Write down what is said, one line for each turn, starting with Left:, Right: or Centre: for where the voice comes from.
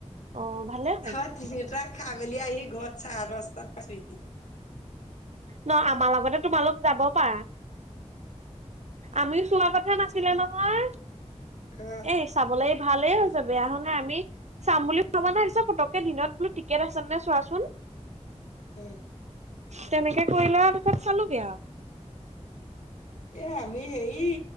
Right: অঁ ভালে। হ'ল
Left: ত তিনিওটা খাই মেলি আহি ঘৰত চাৰে পাঁচটাত পাইছোঁ সি।
Right: ন আমাৰ লগতে তোমালোক যাব পাৰা। আমিও চোৱা কথা নাছিলে নহয়।
Left: অ
Right: এ চাবলৈ ভালেই হৈছে বেয়া হোৱা নাই আমি চাম বুলি ভবা নাছিলোঁ পটককে দিনত বোলো টিকেট আছে নে চোৱাচোন।
Left: উম।
Right: তেনেকে কৰিলে আৰু তাৰপাছত চালোগে আও।
Left: এ আমি হেৰি